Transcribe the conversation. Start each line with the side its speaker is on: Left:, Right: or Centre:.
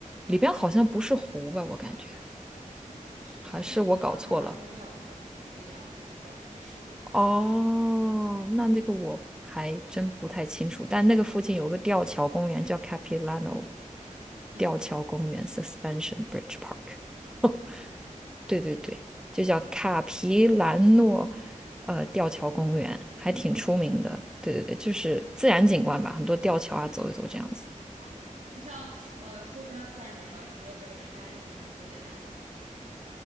Centre: 里边好像不是湖吧，我感觉。
Right: 我只是在地图上看到这边有个湖一样的，
Centre: 还是我搞错了？
Right: 我不知道这是湖吧？
Centre: 哦，那这个我还真不太清楚。但那个附近有个吊桥公园，叫 Capilano
Right: 嗯，
Centre: 吊桥公园 （Suspension Bridge Park）。<laughs>
Right: 好的，
Centre: 对对对，就叫卡皮兰诺
Right: 嗯，
Centre: 呃吊桥公园，还挺出名的。
Right: 好，
Centre: 对对对，就是自然景观吧，很多吊桥啊，走一走这样子。
Right: 好。那像呃周边自然景观，除了这个山，你还推荐哪个吗？